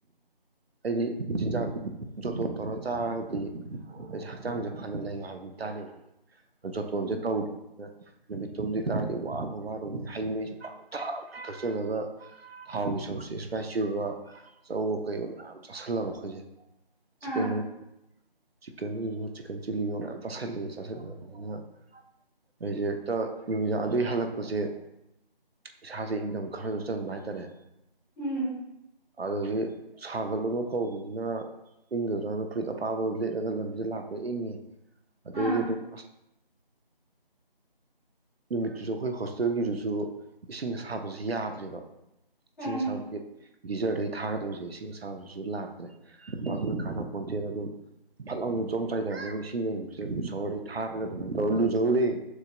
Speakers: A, on the right; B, on the left.
A: ꯑꯩꯗꯤ ꯆꯤꯟꯖꯥꯛ ꯖꯣꯇꯣꯟ ꯇꯧꯔ ꯆꯥꯔꯒꯗꯤ ꯑꯩꯁ ꯍꯛꯆꯥꯡꯁꯦ ꯐꯅ ꯂꯩꯌꯣ ꯍꯥꯏꯕ ꯃꯤꯇꯥꯅꯤ ꯑꯩꯈꯣꯏꯗ ꯖꯣꯇꯣꯟꯁꯦ
B: ꯎꯝ
A: ꯇꯧꯗꯝ ꯅ ꯅꯨꯃꯤꯠ ꯇꯨꯝꯗꯤ ꯀꯗꯥꯏꯗꯒꯤ ꯋꯥꯅ ꯋꯥꯔꯨꯕꯅꯤ ꯍꯩꯉꯩꯁꯦ ꯄꯪꯊꯥꯛ ꯊꯛꯆꯜꯂꯒ ꯊꯥꯎꯒꯤ ꯆꯧꯁꯦ ꯏꯁꯄꯥꯏꯁꯤ ꯑꯣꯏꯕ ꯆꯧꯣ ꯀꯩꯒꯣ ꯃꯌꯥꯝ ꯆꯥꯥꯁꯜꯂꯕ ꯑꯩꯈꯣꯏꯁꯦ
B: ꯑꯥ
A: ꯆꯤꯛꯀꯟ ꯋꯤ ꯆꯤꯛꯀꯟ ꯋꯤꯑꯣ ꯆꯤꯛꯀꯟ ꯆꯤꯜꯂꯤ ꯌꯣ ꯃꯌꯥꯝ ꯆꯥꯁꯤꯜꯂꯛꯑꯦ ꯆꯥꯁꯤꯜꯂꯕꯅꯤꯅ ꯑꯩꯁꯦ ꯍꯦꯛꯇ ꯅꯨꯃꯤꯗꯥꯡ ꯑꯗꯨꯒꯤ ꯍꯜꯂꯛꯄꯁꯦ ꯏꯁꯥꯁꯦ ꯏꯟꯊꯝ ꯈꯔꯁꯨ ꯆꯟꯕ ꯍꯥꯏꯇꯥꯔꯦ
B: ꯎꯝ
A: ꯑꯗꯨꯗꯒꯤ ꯁꯥꯒꯠꯂꯨꯕ ꯀꯧꯕꯅꯤꯅ ꯏꯪꯒꯗ꯭ꯔꯥꯅ ꯐꯨꯔꯤꯠ ꯑꯄꯥꯕꯗꯨ ꯂꯤꯠꯂꯒ ꯂꯝꯕꯤꯗ ꯂꯥꯛꯄ ꯏꯪꯉꯦ ꯑꯗꯩꯩꯁꯨ
B: ꯑꯥ
A: ꯗꯨꯝ ꯑꯁ ꯅꯨꯃꯤꯠꯇꯨꯁꯨ ꯑꯩꯈꯣꯏ ꯍꯣꯁꯇꯦꯜꯒꯤꯗꯨꯁꯨ ꯏꯁꯤꯡ ꯑꯁꯥꯕꯁ ꯌꯥꯗ꯭ꯔꯦꯕ
B: ꯎꯝ
A: ꯏꯁꯤꯡ ꯑꯁꯥꯕꯒꯤ ꯒꯤꯖꯔꯗꯩ ꯊꯥꯒꯗꯕꯁꯦ ꯏꯁꯤꯡ ꯑꯁꯥꯕꯁꯤꯁꯨ ꯂꯥꯛꯇ꯭ꯔꯦ ꯑꯗꯨꯅ ꯍꯥꯟꯅ ꯄꯣꯟꯁꯦꯜꯗ ꯑꯗꯨꯝ ꯐꯠ ꯂꯥꯎꯅ ꯖꯣꯝ ꯆꯥꯏꯊꯔꯒꯅ ꯏꯁꯤꯡ ꯌꯡꯕꯁꯦ ꯑꯗꯨꯝ ꯁꯣꯍꯣꯔꯗꯩ ꯊꯥꯔꯒ ꯑꯗꯨꯃꯥꯏꯅ ꯇꯧꯔ ꯂꯨꯖꯧꯔꯦ